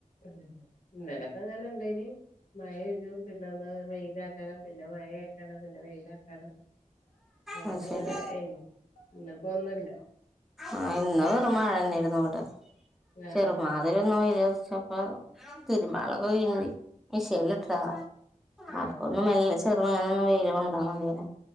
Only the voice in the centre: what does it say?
അത് ശരി
ആഹ് ഇന്ന് വെറും മഴന്നേണ് എവ്ടെ
ചെറുമാതിരി ഒന്ന് വെയിലർചപ്പോ തിരുമ്പാളൊക്കെ <unintelligible> മിഷീൻൽ ഇട്ടതാ അപ്പൊന്ന്
മെല്ലെ ചെർങ്ങനെന്ന് വെയിൽ കൊണ്ടാമതില്ലോ